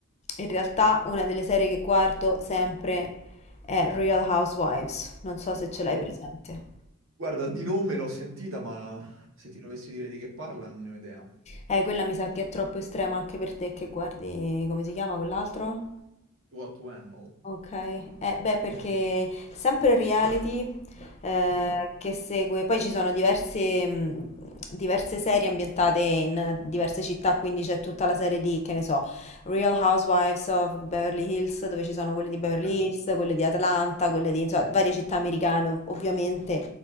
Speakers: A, on the left; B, on the right.
A: In realtà una delle serie che guardo sempre è Real Housewives, non so se ce l'hai
B: Dai.
A: presente.
B: Guarda, di nome l'ho sentita, ma se ti dovessi dire di che parla non ne ho idea.
A: Eh, quella mi sa che è troppo estrema anche per te che guardi, come si chiama quell'altro?
B: What to Handle.
A: Okay, eh beh perché sempre il reality, ehm,
B: Ok.
A: che segue poi ci sono diverse mhmm, diverse serie ambientate in diverse città, quindi c'è tutta la serie di, che ne so, Real Housewives of Beverly Hills, dove ci sono quelle di Beverly
B: Ok.
A: Hills, quelle di Atlanta, quelle di insomma varie città americane, ov ovviamente